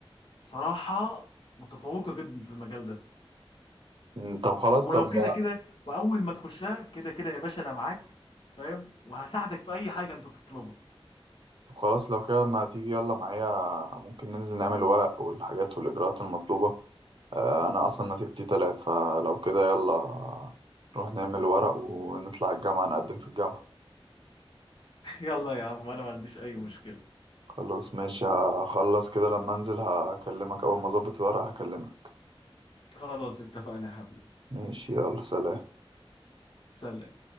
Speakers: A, on the left (about 60°); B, on the right (about 55°).
A: بصراحه متفوقه جدا في المجال ده
B: مم، طب خلاص
A: ولو
B: طب ما
A: كده كده واول ما تخشها كده كده يا باشا انا معاك فاهم وهساعدك في اي حاجه انت تطلبها
B: طب خلاص لو كده ما تيجي يلا معايا ممكن ننزل نعمل ورق والحاجات والاجراءات المطلوبه آه، انا اصلا نتيجتي تلات فلو كده يلا نروح نعمل ورق ونطلع الجامعه نقدم في الجامعه
A: <laughs> يلا يا عم وانا ما عنديش اي مشكله
B: خلاص ماشي هخلص كده لما انزل هكلمك اول ما اظبط الورق هكلمك
A: خلاص اتفقنا يا حبيبي
B: ماشي يلا سلام
A: سلام